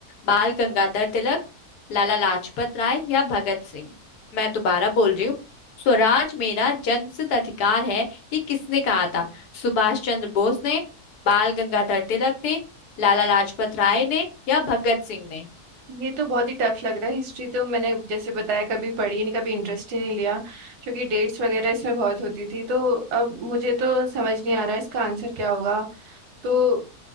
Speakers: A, on the left; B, on the right.
A: बाल गंगाधर तिलक लाला लाजपत राय या भगत सिंह मैं दोबारा बोल रही हूँ स्वराज मेरा जन्मसिद्ध अधिकार है ये किसने कहा था सुभाष चंद्र बोस ने बाल गंगाधर तिलक ने लाला लाजपत राय ने या भगत सिंह ने
B: ये तो बहुत ही टफ लग रहा है हिस्ट्री तो मैंने जैसे बताया कभी पढ़ी नहीं कभी इंटरेस्ट ही नहीं लिया क्योंकि डेट्स वगैरह इसमें बहुत होती थी तो अब मुझे तो समझ नहीं आ रहा इसका आंसर क्या होगा तो